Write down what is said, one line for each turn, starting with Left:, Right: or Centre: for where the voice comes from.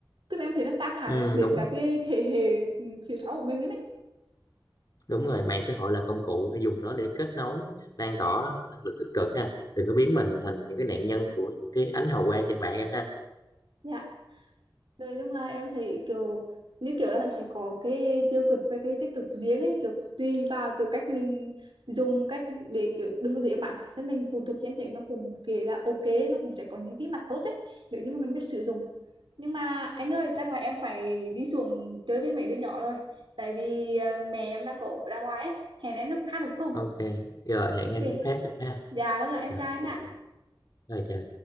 Right: tức là em thấy nó tác hại
Left: ừ,
Right: đến
Left: đúng
Right: cả
Left: rồi.
Right: cái thế hệ phía sau của mình nữa đấy
Left: đúng rồi mạng xã hội là công cụ để dùng nó để kết nối lan tỏa năng lực tích cực ha đừng có biến mình thành những cái nạn nhân của những cái ánh hào quang trên mạng em ha
Right: dạ Nói chung là em thấy kiểu như kiểu là hắn sẽ có cái tiêu cực với cái tích cực riêng ấy kiểu tùy vào kiểu cách mình dùng cách để kiểu đừng có để bản thân mình phụ thuộc xem thế nó cũng kể là ok nó cũng sẽ có những cái mặt tốt đấy nếu như mà mình biết sử dụng nhưng mà anh ơi chắc là em phải đi xuống chơi với mấy đứa nhỏ rồi tại vì à, mẹ em đang có ra ngoài ấy hẹn em lúc khác được không
Left: ok rồi hẹn
Right: ok
Left: em lúc khác gặp ha
Right: dạ vâng ạ em
Left: rồi
Right: chào anh
Left: chào
Right: ạ
Left: rồi chào